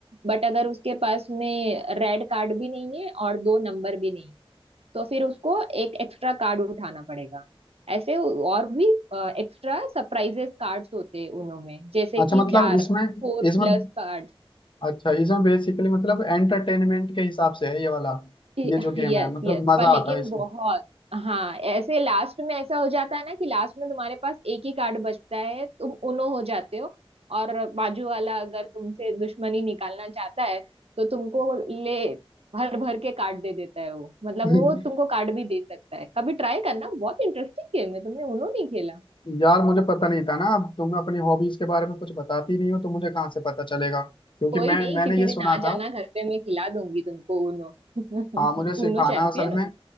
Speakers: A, on the right; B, on the left.
A: बट अगर उसके पास में रेड कार्ड भी नहीं है और दो नंबर भी नहीं है, तो फिर उसको एक एक्स्ट्रा कार्ड उठाना पड़ेगा ऐसे और भी एक्स्ट्रा सरप्राइजेस कार्ड्स होते हैं उनमें जैसे
B: अच्छा
A: कि
B: मतलब
A: चार
B: इसमें
A: four
B: इसमें
A: plus card
B: अच्छा इसमें बेसिकली मतलब एंटरटेनमेंट के हिसाब से है ये वाला
A: Yes
B: ये जो गेम है मतलब
A: yes
B: मजा
A: पर
B: आता
A: लेकिन
B: है इसमें
A: बहुत हाँ ऐसे लास्ट में ऐसा हो जाता है ना कि लास्ट में तुम्हारे पास एक ही कार्ड बचता है तुम उनो हो जाते हो और बाजू वाला अगर तुमसे दुश्मनी निकालना चाहता है तो तुमको ले भर भर के कार्ड दे देता है वो मतलब वो
B: <laughs>
A: तुमको कार्ड भी दे सकता है कभी ट्राई करना बहुत इंटरेस्टिंग गेम है तुमने उनो नहीं खेला
B: यार मुझे पता नहीं था ना अब तुम अपनी हॉबीज के बारे में कुछ बताती नहीं हो तो मुझे कहाँ से पता चलेगा क्योंकि
A: कोई
B: मैं
A: नहीं
B: मैंने
A: किसी
B: ये
A: दिन
B: सुना
A: आ जाना
B: था
A: घर पे मैं खिला दूंगी तुमको उनो <laughs>
B: हाँ मुझे सिखाना
A: उनो चैंपियन
B: असल में
A: हूँ